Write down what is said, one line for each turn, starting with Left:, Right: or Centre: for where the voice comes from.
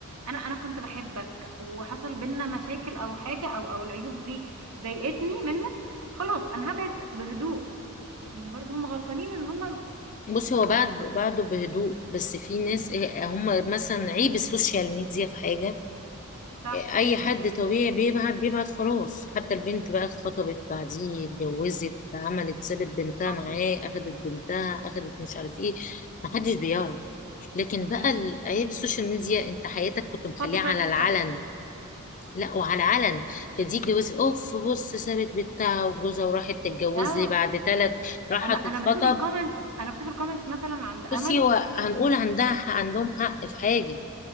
Right: انا انا كنت بحبك وحصل بينا مشاكل او حاجه او او العيوب دي ضايقتني منك خلاص انا هبعد بهدوء يعني برضو هم غلطانين ان هم
Left: بصي هو بعد
Right: كبروا.
Left: بعده بهدوء بس في ناس آه، هم مثلا عيب السوشيال ميديا في حاجة
Right: صح
Left: اي حد طبيعي بيبعد بيبعد خلاص حتى البنت بقى اتخطبت بعديه اتجوزت عملت سابت بنتها
Right: اه
Left: معاه
Right: طبعا
Left: اخدت بنتها اخدت مش عارف ايه محدش بيعرف لكن بقى
Right: امم
Left: ال- ايام السوشيال ميديا انت حياتك كنت مخليها
Right: حط
Left: على
Right: شويه
Left: العلن
Right: شطه
Left: لا وعلى العلن فدي اتجوزت اوف بص سابت بنتها وجوزها وراحت تتجوز
Right: اه
Left: لي بعد ثلاث راحت
Right: انا انا
Left: تتخطب
Right: بشوف الكومنتس انا بشوف الكومنتس مثلا عند امل
Left: بصي هو هنقول عندها عندهم حق في حاجة